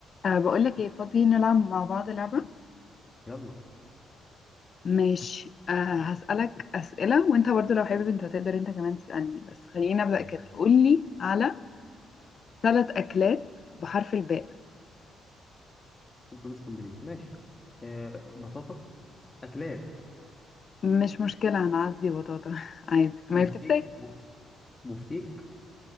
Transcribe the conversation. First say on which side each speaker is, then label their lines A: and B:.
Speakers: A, on the left; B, on the left.
A: أه بقول لك ايه فاضي نلعب مع بعض لعبة
B: يلا
A: ماشي أه هسألك أسئلة وانت برضو لو حابب انت تقدر انت كمان تسألني بس خلينا نبدأ
B: ماشي
A: كده قول لي على ثلاث أكلات بحرف الباء
B: انتوا مش كومبليت ماشي آه بطاطا اكلات
A: مش مشكلة هنعدي بطاطا <laughs> عادي ما
B: بفتيك
A: بتحتاج
B: ب- بفتيك